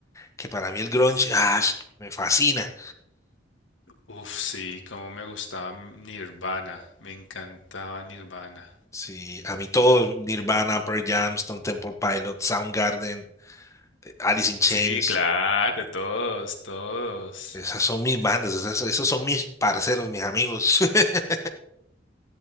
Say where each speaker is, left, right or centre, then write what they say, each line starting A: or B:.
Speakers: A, on the left; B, on the left.
A: que para mí el grunge, ah, me fascina.
B: Uf, sí, cómo me gustaba Nirvana, me encantaba Nirvana.
A: Sí, a mí todo, Nirvana, Pearl Jam, Stone Temple Pilots, Soundgarden, eh, Alice in Chains,
B: Sí, claro, todos, todos.
A: esas son mis bandas, esas- esos son mis parceros, mis amigos. <laughs>